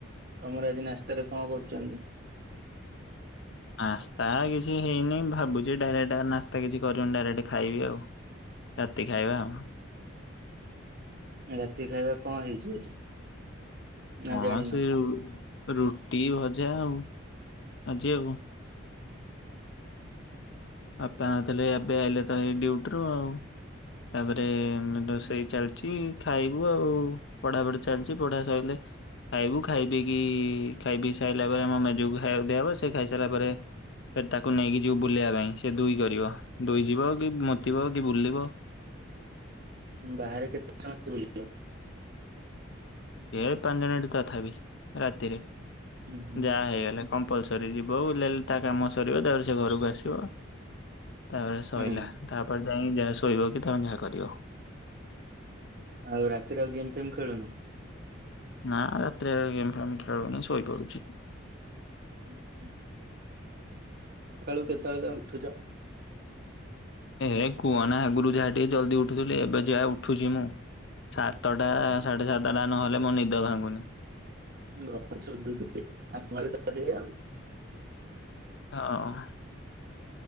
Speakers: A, on the right; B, on the left.
A: ତମର ଆଜି ନାସ୍ତାରେ କଣ କରୁଛନ୍ତି?
B: ନାସ୍ତା କିଛି ହେଇନି। ଭାବୁଛି ଡାଇରେକ୍ଟ ନାସ୍ତା କିଛି କରିବିନି। ଡାଇରେକ୍ଟ ଖାଇବି ଆଉ। ରାତି ଖାଇବା ଆଉ।
A: ରାତି ଖାଇବା କଣ ହେଇଛି ଆଜି? ନା
B: ହଁ,
A: ଜାଣିନ?
B: ସେ ଯୋଉ ରୁଟି ଭଜା ଆଉ। ଆଜି ଆଉ। ବାପା ନଥିଲେ। ଏବେ ଆଇଲେ ତ, ଏଇ ଡିଉଟିରୁୁ ଆଉ। ତାପରେ ରୋଷେଇ ଚାଲିଛି ଖାଇବୁ ଆଉ। ପଢାପଢି ଚାଲିଚି। ପଢା ସଇଲେ। ଖାଇବୁ। ଖାଇପିଇ କି ଖାଇ ପିଇ ସାଇଲା ପରେ, ଆମ ମେଜକୁ ଖାଇବା ଦିଆହବ। ସେ ଖାଇ ସାରିଲା ପରେ, ସେ ତାକୁ ନେଇକି ଯିବୁ ବୁଲିବା ପାଇଁ। ସେ ଦୁଇ କରିବ ଦୁଇ ଯିବ, କି ମୁତିବ କି ବୁଲିବ।
A: ବାହାରେ କେତେ ସମ
B: ଏ ପାଞ୍ଚ ମିନିଟ ତଥାପି, ରାତିରେ।
A: ହୁଁ ହୁଁ
B: ଯାହା ହେଇଗଲା କ କମ୍ପଲସରି। ଯିବ ବୁଲି ବାଲି ତା କାମ ସରିବ। ତାପରେ ସେ ଘରକୁ ଆସିବ। ତାପରେ ସଇଲା।
A: ହୁଁ।
B: ତାପରେ ଯାଇ ଯାହା, ଶୋଇବ କି ତମେ ଯାହା କରିବ।
A: ଆଉ ରାତିରେ ଆଉ ଗେମ୍ ଫେମ ଖେଳୁନ।
B: ନା ରାତିରେ ଆଉ ଗେମ୍ ଫେମ୍ ଖେଳୁନି। ଶୋଇପଡୁଛି।
A: <inaudible> ସକାଳୁ କେତେବେଳେ ତମେ ଉଠୁଛ।
B: ଏହେ କୁହନା। ଆଗରୁ ଯାହା ଟିକେ ଜଲ୍ଦି ଉଠୁଥିଲି। ଏବେ ଯାହା ଉଠୁଛି ମୁଁ। ସାତଟା, ସାଢେ ସାତଟା ନହେଲେ ମୋ ନିଦ ଭାଙ୍ଗୁନି।
A: ଗପରେ।
B: ହଁ।